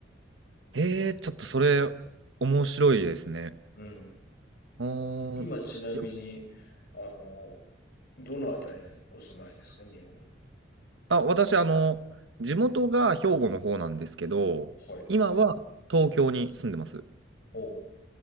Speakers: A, on the right; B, on the left.
A: へえ、ちょっとそれ面白いですね。
B: うん。
A: あーいや
B: 今ちなみに、あの、どのあたりにお住まいですか、日本。
A: あ、私、あの、地元が兵庫の方なんですけど、
B: はい。
A: 今は東京に住んでます。
B: お